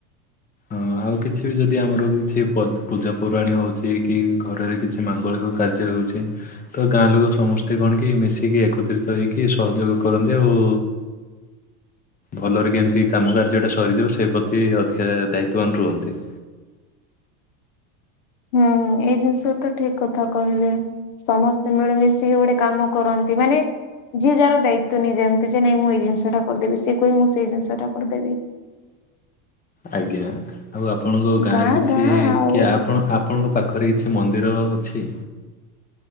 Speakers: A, on the left; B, on the left.
A: ହଁ ଆଉ କିଛି ବି ଯଦି ଆମର କିଛି ପ ପୂଜା ପର୍ବାଣୀ ହଉଛି କି ଘରେରେ କିଛି କି ମାଙ୍ଗଳିକ କାର୍ଯ୍ୟ ହେଉଛି। ତ ଗାଁ ଲୋକ ସମସ୍ତେ କଣ କି ମିଶିକି ଏକତ୍ରିତ ହେଇକି ସହଯୋଗ କରନ୍ତି ଆଉ। ଭଲରେ କେମିତି କାମ କାର୍ଯ୍ୟ ଟା ସରିଯିବ ସେ ପ୍ରତି ଅଧିକା ଦାୟିତ୍ବବାନ ରୁହନ୍ତି।
B: ହୁଁ ଏଇ ଜିନିଷ ତ ଠିକ କଥା କହିଲେ। ସମସ୍ତେ ମିଳିମିଶିକି ଗୋଟେ କାମ କରନ୍ତି ମାନେ ଯିଏ ଯାର ଦାୟିତ୍ବ ନେଇଯାଏ ଯେମିତି ଯେ ନାଇ ମୁଁ ଏଇ ଜିନିଷଟା କରିଦେବି ସିଏ କହେ ମୁଁ ସେଇ ଜିନିଷଟା କରିଦେବି।
A: ଆଜ୍ଞା ଆଉ ଆପଣଙ୍କ ଗାଁରେ
B: ଗାଁ
A: କିଛି
B: ଗାଁ ଆଉ
A: କିଏ ଆପଣ ଆ ଆପଣଙ୍କ ପାଖରେ କିଛି ମନ୍ଦିର ଅଛି?